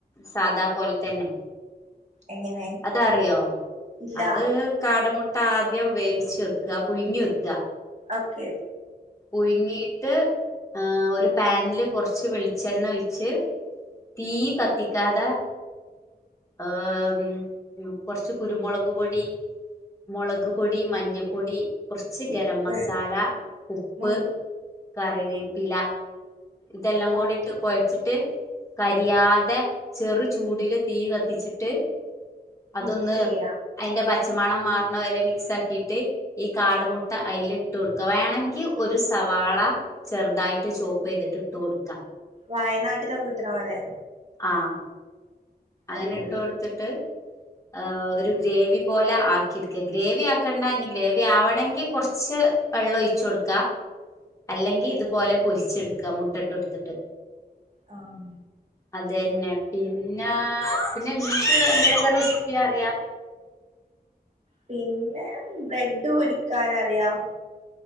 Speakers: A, on the left; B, on the right.
A: സാദാ പോൽ തന്നെ
B: എങ്ങനെ
A: അതറിയോ?
B: ഇല്ല
A: അത് കാടമുട്ട ആദ്യം വേവിച്ച് വെക്ക പുഴുങ്ങി വെക്ക
B: ഓക്കെ
A: പുഴ്ങ്ങീട്ട് അ ഒരു പാൻല് കൊർച്ച് വെൾച്ചെണ്ണൊയിച്ച് തീ കത്തിക്കാതാ ആഹ് ഉം കൊർച്ച് കുരുമുളക് പൊടി മൊളക് പൊടി മഞ്ഞപ്പൊടി കൊർച്ച് ഗരം
B: ഉപ്പ്
A: മസാല ഉപ്പ്
B: ഉം
A: കറിവേപ്പില ഇതെല്ലം കൂടിട്ട്
B: ഓക്കെ
A: കൊയച്ചിട്ട് കരിയാതെ ചെറു ചൂടില് തീ കത്തിച്ചിട്ട് അതൊന്ന്
B: മിക്സ് ചെയ്യാ
A: അയിന്റെ പച്ചമണം മാർണവരെ മിക്സാക്കീട്ട് ഈ കാടമുട്ട അയില്ട്ടൊടുക്ക വേണെങ്കി ഒരു സവാള ചെർതായിട്ട് ചോ പ്പെയ്തിട്ട് ട്ട് കൊടുക്ക
B: വയനാട്ടിലൊക്ക്ട്ട്ണ പോലെ
A: ആഹ് അങ്ങനെ
B: അടിപൊളി
A: ട്ട് കൊട്ത്ത്ട്ട് ഏ ഒരു ഗ്രേവി പോലെ ആക്കിടുക്ക ഗ്രേവി ആക്കണ്ട ഇനി ഗ്രേവി ആവണെങ്കി കൊർച്ച് വെള്ളൊയിച്ചൊടുക്കാ അല്ലെങ്കി
B: ഓക്കെ
A: തുപോലെ പൊരി ച്ചെടുക്ക മുട്ടട്ടൊട്ത്തിട്ട്
B: ആഹ്
A: അതന്നെ പിന്നാ പിന്നെ ങ്ങക്ക് ന്തൊക്കെ റെസിപ്പി അറിയാ?
B: പിന്നെ ബ്രെഡ് പൊരിക്കാാനറിയാം